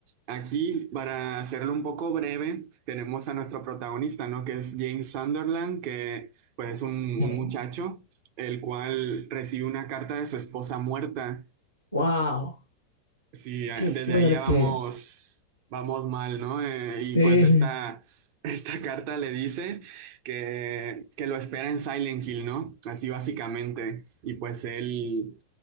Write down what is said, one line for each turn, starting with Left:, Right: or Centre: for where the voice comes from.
Right: Aquí, para hacerlo un poco breve, tenemos a nuestro protagonista, ¿no? Que es James Sunderland, que pues es un,
Left: Ok.
Right: un muchacho, el cual recibe una carta de su esposa muerta
Left: Wow,
Right: Sí, ah,
Left: qué
Right: desde
Left: fuerte.
Right: ahí ya vamos, vamos mal, ¿no? Eh,
Left: Sí.
Right: y pues esta, <laughs> esta carta le dice que, que lo espera en Silent Hill, ¿no? Así básicamente. Y pues él,